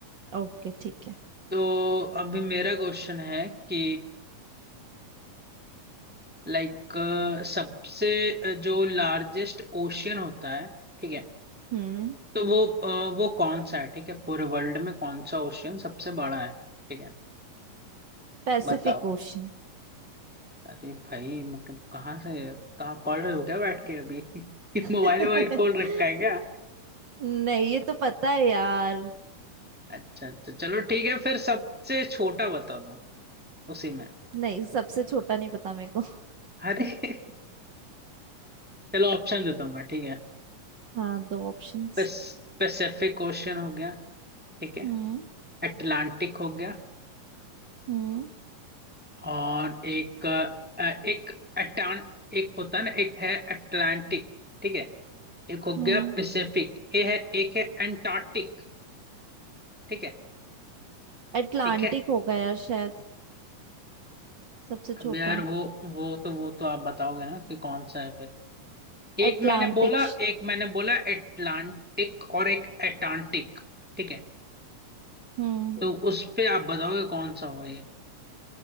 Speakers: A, on the right; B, in the centre.
A: ओके ठीक है
B: तो अभी मेरा क्वेश्चन है कि लाइक सबसे अ, जो लार्जेस्ट ओशियन होता है ठीक है
A: हम्म
B: तो वो अ, वो कौन सा है ठीक है पूरे वर्ल्ड में कौन सा ओशियन सबसे बड़ा है ठीक है
A: Pacific
B: बताओ
A: ocean
B: अरे भाई मतलब कहाँ से कहाँ पढ़ रहे हो क्या बैठ के अभी
A: <laughs>
B: <laughs> मोबाइल वोबाइल खोल रखा है क्या
A: नहीं ये तो पता है यार
B: अच्छा अच्छा चलो ठीक है फिर सबसे छोटा बता दो उसी में
A: नहीं सबसे छोटा नहीं पता मेरे को
B: अरे <laughs> चलो ऑप्शन देता हूँ मैं ठीक है
A: हाँ दो ऑप्शंस
B: पैस, पैसिफिक ओशियन हो गया ठीक है
A: हम्म
B: अटलांटिक हो गया
A: हम्म
B: और एक अ, एक अटान एक होता है ना एक है अटलांटिक ठीक है एक हो
A: हम्म
B: गया पैसिफिक ये है एक है अंटार्कटिक ठीक है
A: अटलांटिक
B: एक है
A: होगा यार शायद सबसे
B: अब
A: छोटा
B: यार वो वो तो वो तो आप बताओगे ना कि कौन सा है फिर एक
A: अटलांटिक
B: मैंने बोला एक मैंने बोला अटलांटिक और एक अटांटिक ठीक है
A: हम्म
B: तो उस पे आप बताओगे कौन सा होगा ये